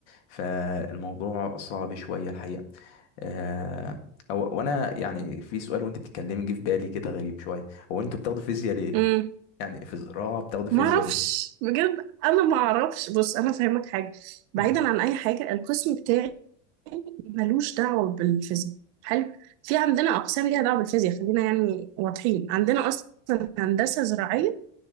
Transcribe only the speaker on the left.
فالموضوع صعب شوية الحقيقة آه أو وأنا يعني في سؤال وأنت بتتكلمي جه في بالي كده غريب شوية هو أنتوا بتاخدوا فيزياء ليه؟
يعني في زراعة بتاخدوا فيزياء
ليه؟
مم.